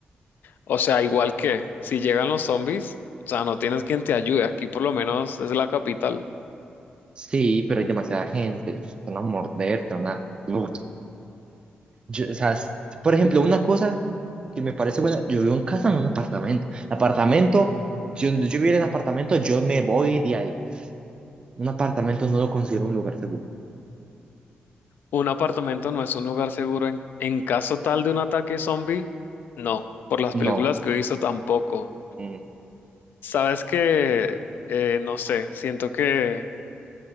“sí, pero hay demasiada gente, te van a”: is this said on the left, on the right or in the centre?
Right